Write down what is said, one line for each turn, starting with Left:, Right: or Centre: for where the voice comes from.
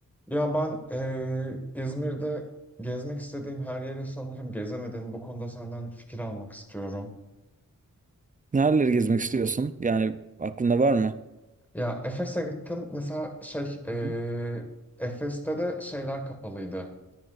Centre: Ya ben eee, İzmir'de gezmek istediğim her yeri sanırım gezemedim. Bu konuda senden fikir almak istiyorum.
Right: Nereleri gezmek istiyorsun? Yani aklında var mı?
Centre: Ya Efes'e gittim. Mesela şey eee,
Right: Hı hı.
Centre: Efes'te de şeyler kapalıydı.